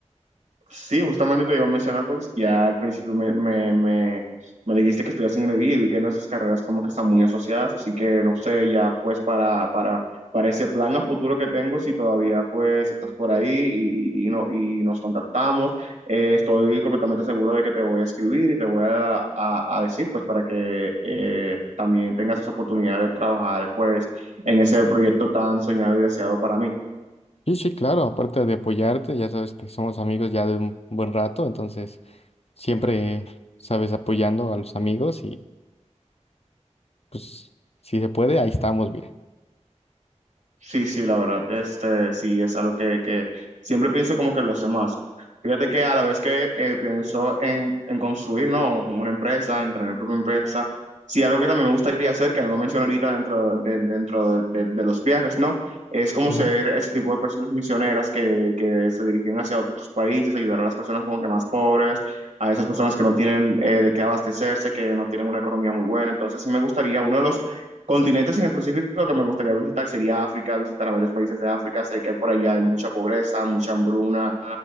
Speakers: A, on the right; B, on the left.
A: Sí, justamente te iba a mencionar, pues ya al principio me, me, me, me dijiste que estudias ingeniería y vi que nuestras carreras como que están muy asociadas, así que no sé, ya pues para, para, para ese plan a futuro que tengo, si todavía pues estás por ahí y, y no, y nos contactamos, eh, estoy completamente seguro de que te voy a escribir y te voy a, a, a decir pues para que eh, también tengas esa oportunidad de trabajar pues en ese proyecto tan soñado y deseado para mí.
B: Sí, sí, claro, aparte de apoyarte, ya sabes que somos amigos ya de un buen rato, entonces siempre sabes apoyando a los amigos y pues si se puede, ahí estamos bien.
A: Sí, sí, la verdad, este, sí, es algo que, que siempre pienso como que los demás. Fíjate que a la vez que eh, pienso en, en construir, ¿no? Una empresa, en tener mi propia empresa, sí, algo que también me gustaría hacer, que no lo mencioné ahorita dentro de, dentro de, de- de los viajes, ¿no? Es como
B: Ujú.
A: ser ese tipo de personas misioneras que, que se dirigen hacia otros países, ayudar a las personas como que más pobres, a esas personas que no tienen eh, de qué abastecerse, que no tienen una economía muy buena. Entonces, sí me gustaría, uno de los Continentes en específico que me gustaría visitar sería África, visitar a varios países de África. Sé que por allá hay mucha pobreza, mucha hambruna,